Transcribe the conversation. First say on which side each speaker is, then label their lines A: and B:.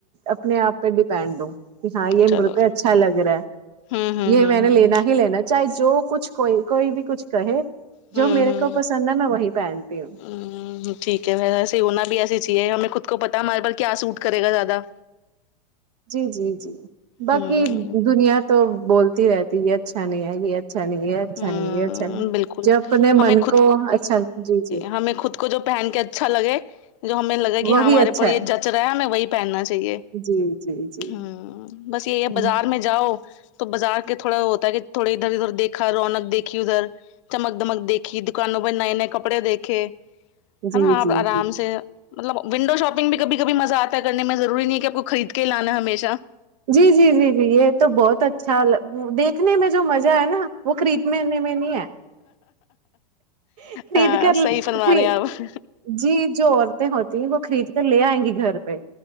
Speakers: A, on the right; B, on the left.
A: اپنے آپ پہ ڈیپینڈ ہوں کہ ہاں یہ
B: چلو
A: مجھ پہ اچھا لگ رہا ہے
B: ہوں ہوں
A: یہ
B: ہوں
A: میں نے
B: ہوں
A: لینا
B: ہوں
A: ہی لینا چاہے جو کچھ کوئی کوئی بھی کچھ کہے
B: ہوں
A: جو میرے
B: ہوں
A: کو پسند ہے میں وہی پہنتی ہوں
B: ہمم ٹھیک ہے ایسے ہوونا بھی ایسی چیے ہمیں خود کو پتا ہمارے بھر کیا سوٹ کرے گا زیادہ
A: جی جی جی باقی
B: ہمم
A: دنیا تو بولتی رہتی یہ اچھا نہیں ہے یہ اچھا نہیں ہے اچھا
B: ہمم
A: نہیں یہ اچھا نہیں
B: بالکل
A: جب اپنے
B: ہمیں
A: من
B: خود
A: کو اچھا جی جی
B: ہمیں خود کو جو پہن کے اچھا لگے جو ہمیں لگا کہ
A: وہی
B: ہاں ہمارے
A: اچھا
B: پر یہ
A: ہے
B: جچ رہا ہے ہمیں وہی پہننا چاہیے
A: جی جی جی
B: ہوں بس یہی ہے
A: جی
B: بازار
A: جی
B: میں جاؤ تو بازار کے تھوڑا ہوتا ہے کہ تھوڑے ادھر ادھر دیکھ دیکھا رونق دیکھی ادھر چمک دمک دیکھی دکانوں پر نئے نئے کپڑے دیکھے
A: جی
B: ہے نا اب
A: جی
B: آرام سے مطلب ونڈو شاپنگ بھی کبھی کبھی مزہ آتا ہے کرنے میں ضروری نہیں ہے کہ آپ کو خرید کے ہی لانا ہے ہمیشہ
A: جی جی جی ج یہ تو بہت اچھا دیکھنے میں جو مزہ ہے نا وہ خرید نے میں نہیں ہے خرید
B: ہاں
A: کر
B: صحیح فرما
A: خرید
B: رہے ہیں آپ
A: جی جو عورتیں ہوتی وہ خرید کر لے آئیں گی گھر پہ